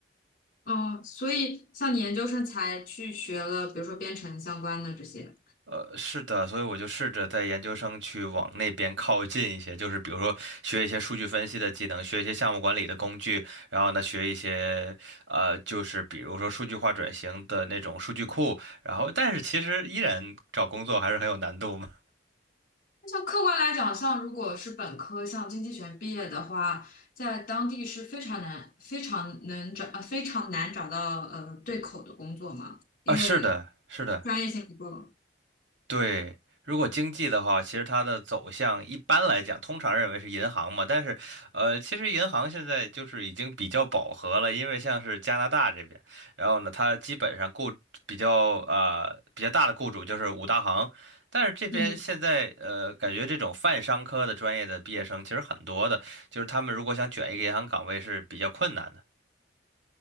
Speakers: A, on the left (about 45°); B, on the right (about 80°).
A: 哦，所以像你研究生才去学了，比如说编程相关的这些。
B: 呃，是的，所以我就试着在研究生去往那边靠近一些，就是比如说学一些数据分析的技能，学一些项目管理的工具，然后呢，学一些呃，就是比如说数据化转型的那种数据库，然后但是其实依然找工作还是很有难度嘛。
A: 那像客观来讲，像如果是本科，像经济学毕业的话，在当地是非常难、非常能找、呃、非常难找到呃对口的工作嘛，因为
B: 啊，是的，是的。
A: 专业性不够。
B: 对，如果经济的话，其实它的走向一般来讲，通常认为是银行嘛，但是，呃，其实银行现在就是已经比较饱和了，因为像是加拿大这边，然后呢，它基本上雇比较呃比较大的雇主就是五大行，但是这边现在呃感觉这种泛商科的专业的毕业生其实很多的，
A: 嗯，
B: 就是他们如果想卷一个银行岗位是比较困难的。